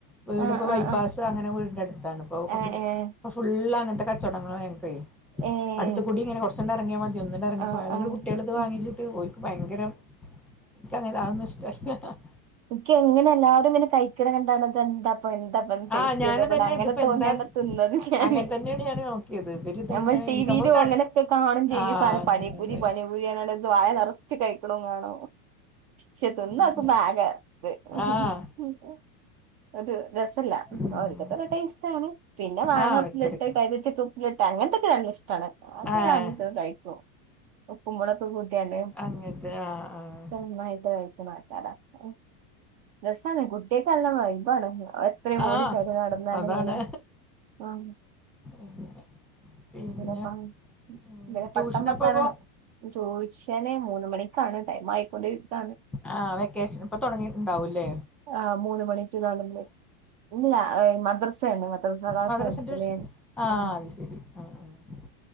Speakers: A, in the centre; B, on the right (about 40°).
A: വീട്പ്പൊ
B: ആഹ്
A: ബൈപ്പാസ്
B: ആഹ് ആഹ്
A: അങ്ങനെ വീടിന്റെ അടുത്താണ് ഇപ്പ കൊയപ്പമില്ല
B: ഏഹ്
A: ഫുള്ളങ്ങനത്തെ കച്ചവടങ്ങളാ ഞങ്ങൾക്കെ
B: ഏഹ് ഏഹ്
A: അടുത്തുകൂടി ഇങ്ങനെ കോറെചാണ്ട് ഇറങ്ങിയാ മതി ഒന്നങ്ങണ്ട് എറങ്ങിപ്പോയാൽ
B: ആഹ്
A: ന്നിട്ട്
B: ആഹ്
A: കുട്ടിൾത് വാങ്ങിച്ചിട്ട് പോരും ഓര്ക് ഭയങ്കരം എനിക്ക് അങ്ങേൻ അത് ഒന്നും ഇഷ്,, <inaudible>
B: ഇൻക്കിങ്ങനെ എല്ലാവരും ഇങ്ങനെ കഴിക്കാനാകാണ്ടാണ് അത് എന്താ അപ്പൊ എന്താപ്പൊ ടേസ്റ്റ്
A: ആഹ് ഞാന്
B: ചെയ്ത് നൊക്കണം
A: തന്നെ
B: അങ്ങനെ
A: ഇതിപ്പോ
B: തോന്നിയാണ്ട്
A: എന്താ
B: തിന്നത് ഞാൻ
A: അങ്ങനെ തന്നെയാണ് ഞാൻ നോക്കിയത് ഇവരിതിങ്ങനെ
B: ഞമ്മൾ ടിവിയിലു
A: എനിക്ക് നമുക്ക് ക
B: അങ്ങനെയൊക്കെ കാണും ചെയ്യും
A: ആഹ്
B: സാധനം പാനിപൂരി
A: നല്ലത്
B: പാനി പൂരി പറഞ്ഞാണ്ട് വാഴ നെറച്ച് കഴിക്ക്‌ണോം കാണ ഷെ തിന്നോക്ക്‌മ്പോ
A: അങ്ങനെ
B: ആകെ ആഹ <unintelligible>
A: ആഹ്
B: ഒരു രസല്ല
A: ഉം
B: ഓൽക്കോത്ത ടൈസ്റ്റ് ആണ് പിന്നെ മാങ്ങ
A: ആഹ് ഓരോരുത്തര്
B: ഉപ്പ്ല്ട്ടെ കയ്‌തചക്ക ഉപ്പിലിട്ടെ അങ്ങനത്തെക്കെ നല്ല ഇഷ്ടാണ് അത്
A: ആഹ്
B: വാങ്ങി കഴിക്കുവാ ഉപ്പും മോളൊകും കൂട്ടിയാണ്ട്
A: അങ്ങനത്തെ ആഹ്
B: നാന്നായിട്ട് കഴിക്ക്‌ണ ആൾക്കാര ഓഹ് രസാണ് കുട്ടിയക്ക്‌ നല്ല ബൈബാണ് ആണ് എത്രയും
A: ആഹ്
B: ഓടിച്ചാടി
A: ആഹ്
B: നടന്നാല്
A: അതാണ്
B: ഇങ്ങനെ ആഹ്
A: അങ്ങനെ. പിന്നെ
B: പിന്നെപ്പാ <unintelligible>
A: ഉം ട്യൂഷനപ്പപ്പോ
B: ജോശ്യനെ മൂന്ന് മണിക്കാണ് ടൈം ആയിക്കൊണ്ടിരികാണ്
A: ആഹ് വെക്കേഷനിപ്പ തൊടങ്ങീട്ടുണ്ടാവല്ലേ
B: ആഹ് മൂന്ന് മണിക്ക്‌ കാണ്ന്നെ ഇല്ല മദ്രസണ്ട് സഹാ
A: മദ്രസ
B: സാഹത്തിലെ
A: ട്യൂഷൻ
B: ആഹ്
A: അത് ശരി ആഹ് ആഹ്